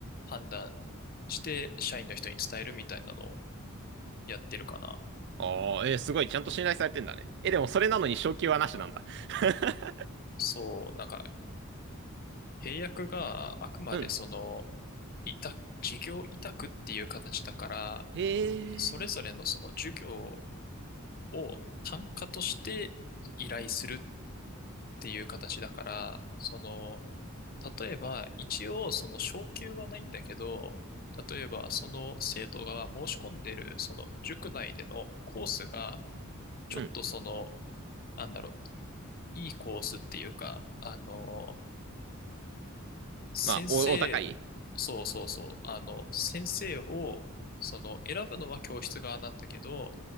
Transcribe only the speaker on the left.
判断して社員の人に伝えるみたいなのをやってるかな。
そう、なんか契約があくまでその、
委託、事業委託っていう形だから、
それぞれのその授業を単価として依頼するっていう形だから、その、例えば、一応、その昇給はないんだけど、例えば、その生徒が申し込んでる、その塾内でのコースが、ちょっとその、
なんだろう、いいコースっていうか、あの、先生、
そうそうそう、あの、先生を、その、選ぶのは教室側なんだけど、